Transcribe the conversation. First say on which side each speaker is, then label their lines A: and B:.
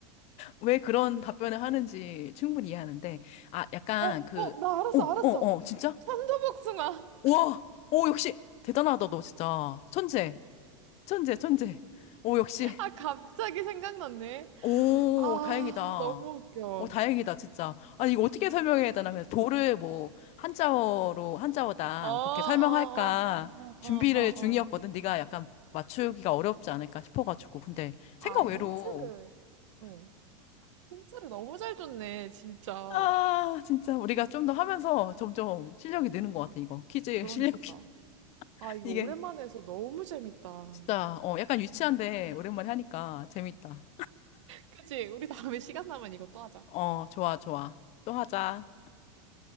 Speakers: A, on the left (about 40°); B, on the right (about 70°).
A: 왜 그런 답변을 하는지 충분히 이해하는데 아, 약간
B: 어, 어,
A: 그
B: 나 알았어,
A: 어,
B: 알았어.
A: 어, 어, 진짜?
B: 천도복숭아.
A: 와! 오, 역시 대단하다 너 진짜. 천재. 천재, 천재. 오, 역시
B: 아, 갑자기 생각났네.
A: 오,
B: 아,
A: 다행이다.
B: 너무 웃겨.
A: 어, 다행이다, 진짜. 아니, 이거 어떻게 설명해야 되나? 그래서 도를 뭐, 한자어로, 한자어다.
B: 어, 어, 어,
A: 뭐 그렇게 설명할까? 준비를
B: 어, 어, 어, 어.
A: 중이었거든.
B: 어.
A: 네가 약간 맞추기가 어렵지 않을까 싶어가지고. 근데 생각
B: 아, 힌트를.
A: 외로.
B: 응. 힌트를 너무 잘 줬네, 진짜.
A: 아, 진짜. 우리가 좀 더 하면서 점점 실력이 느는 것 같아, 이거. 퀴즈
B: 그러니까.
A: 실력이. <laughs>
B: 아, 이거
A: 이게
B: 오랜만에 해서 너무 재밌다.
A: 진짜, 어, 약간 유치한데 오랜만에 하니까 재밌다.
B: 그치? 우리 다음에 시간 나면 이것도 하자.
A: 어, 좋아, 좋아. 또 하자.